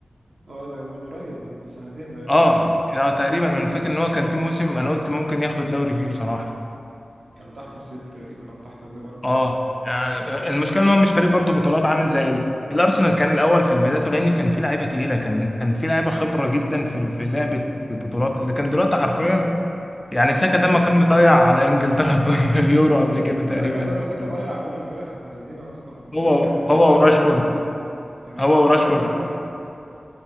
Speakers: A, on the right; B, on the left.
A: اه ده من قريب من سنتين باين
B: اه يعني تقريبا انا فاكر ان هو كان في موسم انا قلت ممكن ياخد الدوري فيه بصراحة
A: كانوا تحت السيتي تقريبا أو تحت الليفر
B: اه يعني المشكلة ان هو مش فريق برضه بطولات عامل زي ال- الارسنال كان الاول في البداية لان كان في لعيبة تقيلة كان كان في لعيبة خبرة جدا في
A: مهم.
B: في لعبة البطولات اللي كان دلوقتي حرفيا يعني
A: ده
B: ساكا
A: هي
B: ده ما كان مطيع على انجلترا في <laughs> اليورو قبل كده تقريبا
A: ساكا ده
B: هو
A: ساكا ضيع جون امبارح ابن لذينه أصلا الجول
B: هو
A: كانت
B: هو
A: الجول
B: وراشفورد
A: فاضي يعني شفت
B: هو
A: الهجمة
B: وراشفورد